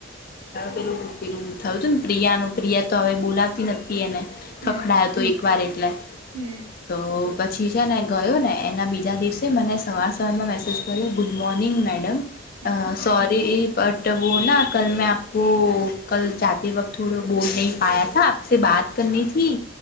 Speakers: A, on the left; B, on the right.
A: પેલું પેલું થયું હતું ને પ્રિયાનું પ્રિયા તો હવે બોલાવતી નથી એને-
B: હમ
A: ખખડાય હતું એક વાર એટલે
B: હમ
A: તો પછી છે ને ગયો ને એના બીજા દિવસે મને સવાર સવારમાં મેસેજ કર્યો ગુડ મોર્નિંગ મેડમ
B: હા
A: અ સોરી બટ ત વો ના કલ મેં આપકો કલ જયે વક્ત થોડો બોલ નહિ પાયા થા સ બાત કરનીથી